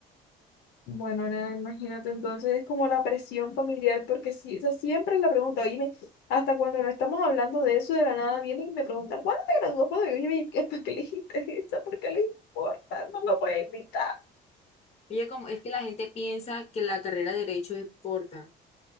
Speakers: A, on the left; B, on the left.
A: Bueno, nena, imagínate, entonces es como la presión familiar, porque sí, o sea, siempre la pregunta, oíme, hasta cuando no estamos hablando de eso, de la nada vienen y me preguntan, ¿cuándo te gradúas? ¿Cuándo? Y oíme, ¿qué- ¿para qué les interesa? ¿Por qué les importa? No lo voy a invitar.
B: Oye, como es que la gente piensa que la carrera de derecho es corta.